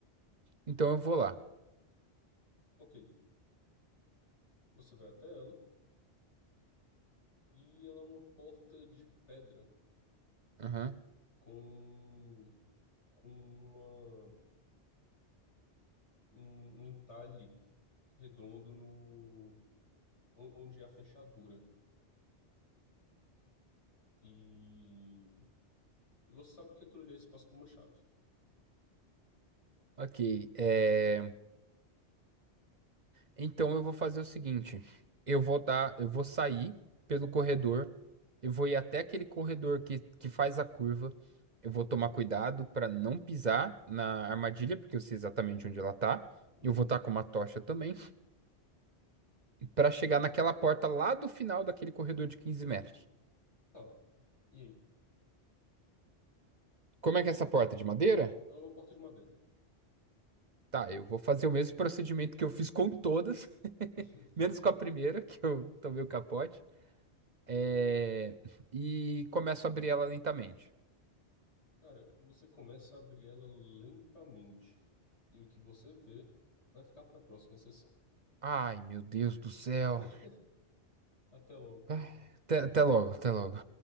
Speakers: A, on the right (about 45°); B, on the left (about 85°).
A: Então eu vou lá.
B: Ok, você vai até ela e ela é uma porta de pedra
A: Aham.
B: com, com uma, um, um entalhe redondo no on- onde é a fechadura. E, e você sabe que aquilo ali é espaço para uma chave.
A: Ok. É, Então eu vou fazer o seguinte: eu vou dar, eu vou sair pelo corredor, eu vou ir até aquele corredor que, que faz a curva. Eu vou tomar cuidado para não pisar na armadilha, porque eu sei exatamente onde ela tá.
B: Uhum,
A: Eu vou estar com uma tocha também, para chegar naquela porta lá do final daquele corredor de 15 metros.
B: tá. E aí?
A: Como é que é essa porta? De madeira?
B: Ela é uma porta de madeira.
A: Tá, eu vou fazer o mesmo procedimento que eu fiz com todas.
B: <laughs>
A: Menos com a primeira, <laughs> que eu tomei o capote. É, E começo a abrir ela lentamente.
B: Cara, você começa a abrir ela lentamente e o que você vê vai ficar para a próxima sessão.
A: Ai, meu Deus do céu.
B: <laughs> Até logo, cara.
A: Ah, Até, até logo, até logo.